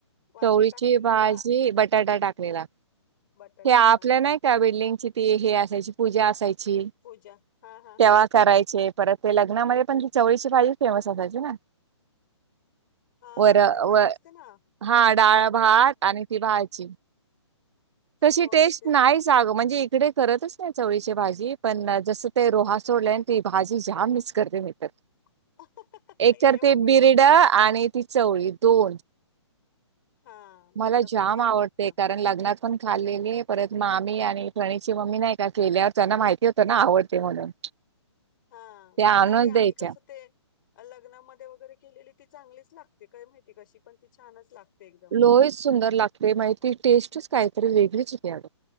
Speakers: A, on the left; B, on the right.
A: वांगे
B: चवळीची
A: टाकलेली
B: भाजी
A: का?
B: बटाटा टाकलेला,
A: बटाटा
B: आपल्या
A: हा
B: नाही त्या बिल्डिंगची ती हे असायची पूजा असायची
A: पूजा हा हा
B: तेव्हा
A: हा
B: करायचे परत ते लग्ना मध्ये पण ती चवळीची भाजी फेमस असायची ना?
A: हा
B: वर
A: लग्नात
B: व
A: असते ना
B: हा डाळ -भात आणि ती भाजी तशी
A: हो
B: टेस्ट
A: असते
B: नाही
A: ती फे
B: च अग, म्हणजे तिकडे करतच नाही. चवळीची भाजी, पण जसं ते रोहा सोडले, आणि ती भाजी जाम मिस करते मी तर
A: <inaudible>
B: एक
A: ये
B: तर ते
A: मग
B: बिरड
A: रोहामध्ये.
B: आणि ती चवळी दोन
A: हा बिरडं
B: मला
A: पण
B: जाम
A: छान
B: आवडते
A: लागतं
B: का कारण लग्नात पण खाल्लेली, परत मामी आणि फणीची मम्मी नाही का केल्यावर त्यांना माहिती ते त्यांना ना आवडते म्हणून
A: हा
B: त्या आणूनच
A: नाही आणि
B: द्यायच्या.
A: कसं ते लग्नामध्ये वगैरे केलेली ती चांगलीच लागते काय माहिती कशी पण ती छानच लागते एकदम.
B: लोहीच सुंदर लागते माहिती टेस्टच कायतरी वेगळीच होती अड